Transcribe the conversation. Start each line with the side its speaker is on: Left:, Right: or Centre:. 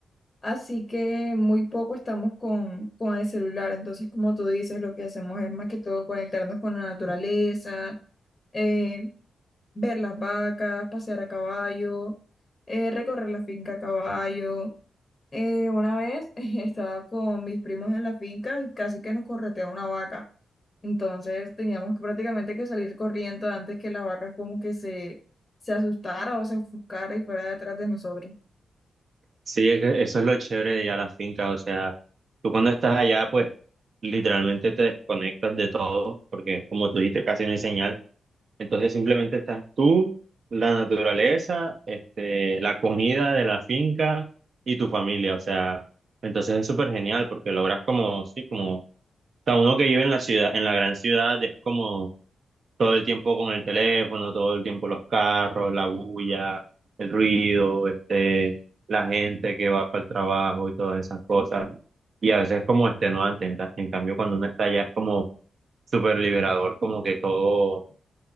Left: así que muy poco estamos con, con el celular. Entonces, como tú dices, lo que hacemos es más que todo conectarnos con la naturaleza, eh, ver las vacas, pasear a caballo, eh, recorrer la finca a caballo. Eh, una vez <laughs> estaba con mis primos en la finca y casi que nos corretea una vaca. Entonces teníamos que prácticamente que salir corriendo antes que la vaca como que se, se asustara o se ofuscara y fuera detrás de nosotros.
Right: Sí, es que eso es lo chévere de ir a la finca, o sea, tú cuando estás allá, pues literalmente te desconectas de todo, porque como tú dijiste, casi no hay señal, entonces simplemente estás tú, la naturaleza, este, la comida de la finca y tu familia, o sea, entonces es súper genial porque logras como, sí, como, o sea, uno que vive en la ciudad, en la gran ciudad, es como todo el tiempo con el teléfono, todo el tiempo los carros, la bulla, el ruido, este, la gente que va para el trabajo y todas esas cosas. Y a veces es como extenuante, en, ta- en cambio cuando uno está allá es como súper liberador, como que todo,